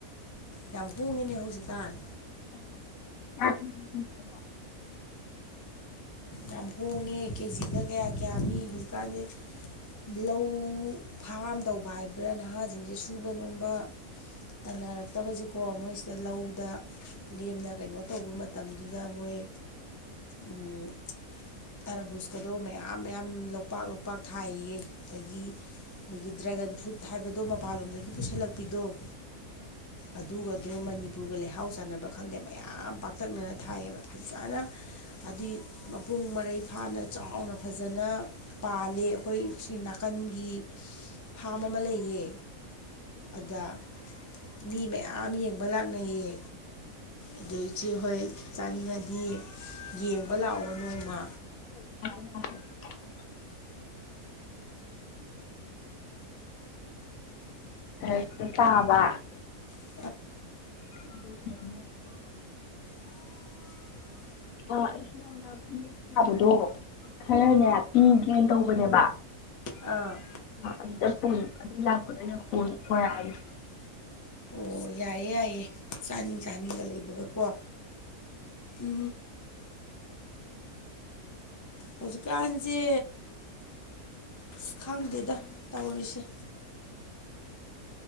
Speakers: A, on the left; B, on the left.
A: ꯌꯥꯝ ꯍꯣꯡꯉꯤꯅꯦ ꯎꯖꯤꯀꯥꯟ
B: <unintelligible>
A: ꯌꯥꯝ ꯍꯣꯡꯉꯦ ꯀꯦꯖꯤꯗ ꯀꯌꯥ ꯀꯌꯥ ꯃꯤ ꯍꯧꯖꯤꯛꯀꯥꯟꯁꯦ ꯂꯧ ꯐꯥꯝ ꯇꯧꯕ ꯍꯥꯏꯕ꯭ꯔꯥ ꯅꯍꯥꯁꯤꯡꯁꯦ ꯁꯨꯕ ꯅꯣꯝꯕ ꯇꯥꯟꯅꯔꯛꯇꯕꯁꯤꯀꯣ ꯃꯣꯏꯁꯤꯗ ꯂꯧꯗ ꯂꯦꯝꯅ ꯀꯩꯅꯣ ꯇꯧꯕ ꯃꯇꯝꯗꯨꯗ ꯃꯣꯏ ꯎꯝ ꯇꯔꯥꯕꯨꯁꯀꯗꯣ ꯃꯌꯥꯝ ꯃꯌꯥꯝ ꯂꯧꯄꯥꯛ ꯂꯧꯄꯥꯛ ꯊꯥꯏꯌꯦ ꯑꯗꯒꯤ ꯃꯣꯏꯒꯤ ꯗ꯭ꯔꯦꯒꯟ ꯐ꯭ꯔꯨꯠ ꯍꯥꯏꯕꯗꯣ ꯃꯄꯥꯟꯂꯣꯝꯗꯒꯤ ꯄꯨꯁꯜꯂꯛꯄꯤꯗꯣ ꯑꯗꯨꯒꯗꯣ ꯃꯅꯤꯄꯨꯔꯒ ꯂꯩꯍꯥꯎ ꯆꯥꯟꯅꯕ ꯈꯪꯗꯦ ꯃꯌꯥꯝ ꯄꯥꯛꯇꯛꯅꯅ ꯊꯥꯏꯌꯦꯕ ꯐꯖꯅ ꯍꯥꯏꯗꯤ ꯃꯄꯨꯡ ꯃꯔꯩ ꯐꯥꯅ ꯆꯥꯎꯅ ꯐꯖꯅ ꯄꯥꯜꯂꯦ ꯑꯩꯈꯣꯏ ꯁꯤ ꯅꯥꯀꯟꯒꯤ ꯐꯥꯝ ꯑꯃ ꯂꯩꯌꯦ ꯑꯗ ꯃꯤ ꯃꯌꯥꯝ ꯌꯦꯡꯕ ꯂꯥꯛꯅꯩꯌꯦ ꯑꯗꯨꯩꯆꯦ ꯍꯣꯏ ꯆꯥꯅꯤꯡꯉꯗꯤ ꯌꯦꯡꯕ ꯂꯥꯛꯑꯣ ꯅꯣꯡꯃ
B: <unintelligible> ꯂꯄ ꯆꯥꯕ <unintelligible>
A: ꯊꯦꯡ <unintelligible>
B: ꯎꯝ <inaudible>
A: <unintelligible>
B: ꯑ ꯑꯩꯁꯨꯅ ꯐꯅꯦꯛ ꯁꯥꯕꯗꯣ ꯈꯔꯅꯦ ꯄꯤꯒꯦꯅ ꯇꯧꯕꯅꯦꯕ
A: ꯑꯥ
B: ꯑꯗꯨꯗ ꯄꯨꯅꯤ ꯑꯗꯨ ꯂꯥꯛꯄꯗ ꯌꯥꯝ ꯄꯨ ꯈꯣꯏꯔꯛꯑꯅꯤ
A: ꯑꯣ ꯌꯥꯏꯌꯦ ꯌꯥꯏꯌꯦ ꯆꯥꯅꯤꯡ ꯆꯥꯅꯤꯡꯒ ꯂꯩꯕꯒꯀꯣ ꯎ ꯍꯧꯖꯤꯛꯀꯥꯟꯁꯦ ꯑꯁ ꯈꯪꯗꯦꯗ ꯇꯧꯔꯤꯁꯦ